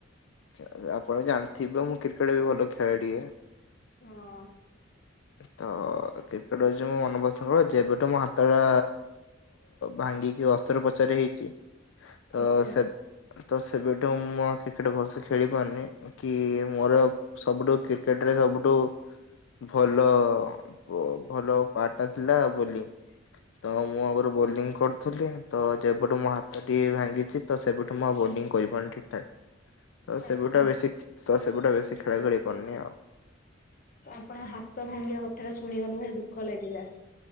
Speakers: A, on the left (about 65°); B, on the left (about 45°).
A: ଖେ ଆପଣ ଜାଣିଥିବେ ମୁଁ କ୍ରିକେଟ ବି ଭଲ ଖେଳେ ଟିକେ।
B: ହଁ।
A: ତ କ୍ରିକେଟ ହଉଛି ମୋ ମନ ପସନ୍ଦ। ଯେବେଠୁ ମୋ ହାତ ଟା ଭାଙ୍ଗି ଅସ୍ତ୍ରୋପଚାର ହେଇଛି ତ
B: ଆଚ୍ଛା
A: ସେ ତ ସେବେ ମୁଁ ଆଉ କ୍ରିକେଟ ଭଲସେ ଖେଳି ପାରୁନି କି ମୋର ଆଉ ସବୁଠୁ କ୍ରିକେଟ ରେ ସବୁଠୁ ଠୁ ଭଲ ଭ ଭଲ ପାଠ ଥିଲା ବୋଲି ତ ମୁଁ ଆଗରୁ ବୋଲିଂ କରୁଥିଲି ତ ଯେବେଠୁ ମୋ ହାତ ଟି ଭାଙ୍ଗିଛି ତ ସେବେଠୁ ମୁଁ ଆଉ ବୋ ଲିଙ୍ଗ କରିପାରୁନି ଠିକ ଠାକ ତ
B: ଆଚ୍ଛା
A: ସେବୁଠୁ ଆଉ ବେଶୀ ତ ସେବୁଟା ବେଶି ଖେଳା ଖେଳି କରୁନି ଆଉ।
B: ତ ଆପଣ ହାତ ଭାଙ୍ଗିବା କଥା ଟା ଶୁଣି ମତେ ଭାରି ଦୁଃଖ ଲାଗିଲା।